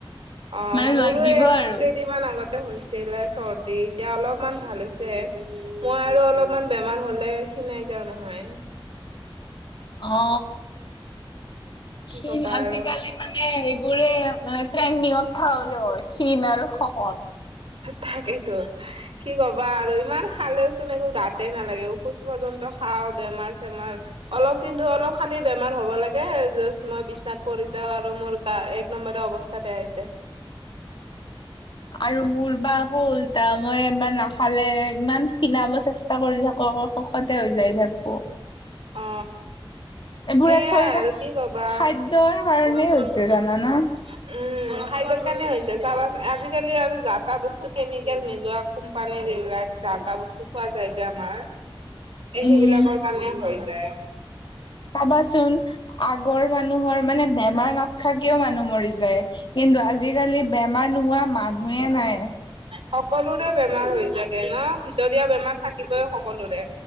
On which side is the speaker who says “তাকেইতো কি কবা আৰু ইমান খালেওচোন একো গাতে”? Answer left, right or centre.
Right